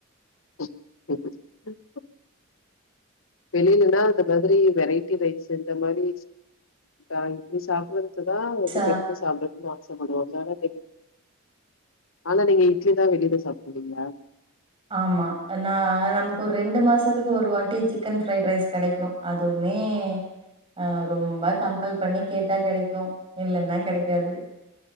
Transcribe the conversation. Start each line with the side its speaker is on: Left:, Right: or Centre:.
Left: <unintelligible> வெளிலன்னா இந்த மாதிரி வெரைட்டி ரைஸ் இந்த மாதிரி ஆா இப்படி சாப்பிறது அதான் வந்து
Right: ச
Left: வெளில சாப்பிடடுறது <unintelligible> <unintelligible> ஆனா நீங்க இட்லி தான் வெளில சாப்பிடுவிங்களா
Right: ஆமா நான் நமக்கு ஒரு ரெண்டு மாசத்துக்கு ஒரு வாட்டி சிக்கன் ஃப்ரைடு ரைஸ் கிடைக்கும் அதுவுமே ஆஹ் ரொம்ப கம்பல் பண்ணி கேட்டா கிடைக்கும் இல்ன்னா கிடைக்காது